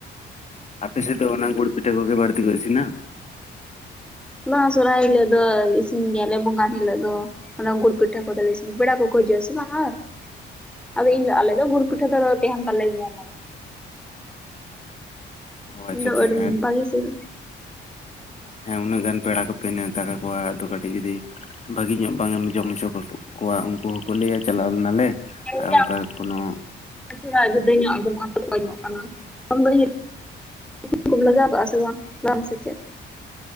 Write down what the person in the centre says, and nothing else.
ᱱᱚᱣᱟ ᱥᱚᱨᱦᱟᱭ ᱦᱤᱞᱳᱜ ᱫᱚ ᱤᱥᱤᱱ ᱜᱮᱭᱟ ᱞᱮ ᱵᱚᱸᱜᱟᱱ ᱦᱤᱞᱳᱜ ᱫᱚ ᱾ ᱚᱱᱟ ᱜᱩᱲ ᱯᱤᱴᱷᱟᱹ ᱠᱚᱫᱚ ᱞᱮ ᱤᱥᱤᱱᱟ ᱯᱮᱲᱟ ᱠᱚ ᱠᱚ ᱦᱤᱡᱩᱜᱼᱟ ᱥᱮ ᱵᱟᱝ ᱟᱨ ᱾ ᱟᱫᱚ ᱤᱧ ᱫᱚ ᱟᱞᱮ ᱫᱚ ᱜᱩᱲ ᱯᱤᱴᱷᱟᱹ ᱫᱚ ᱛᱟᱦᱮᱱ ᱛᱟᱞᱮ ᱜᱮᱭᱟ ᱚᱱᱟ ᱫᱚ ᱾
ᱤᱧ ᱫᱚ
ᱟᱹᱰᱤ <unintelligible>
ᱵᱷᱟᱹᱜᱮ ᱥᱮᱼᱟ ᱩᱸ
ᱦᱮᱸ
<unintelligible> ᱡᱩᱫᱟᱹ ᱧᱚᱜ ᱟᱸᱡᱚᱢᱚᱜ-ᱟ <unintelligible> ᱠᱟᱱᱟ ᱩᱱ ᱦᱤᱞᱳᱜ <unintelligible> <unintelligible> ᱠᱚᱢ ᱞᱟᱜᱟᱣ ᱠᱟᱜᱼᱟ ᱥᱮ ᱵᱟᱝ ᱵᱟᱝ ᱥᱮ ᱪᱮᱫ?